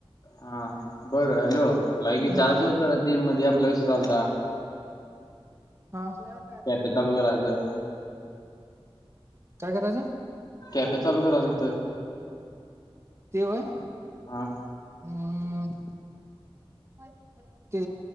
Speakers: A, on the left; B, on the right.
A: हा बरं हॅलो. लाईक विचारायचा
B: हा
A: होतं ते मध्ये आप आपला विषय झालता.
B: <unintelligible>
A: कॅफे चालू करायचं
B: काय करायचं?
A: कॅपे चालू करायचं होत.
B: ते व्हय.
A: हा.
B: हहह <unintelligible> ते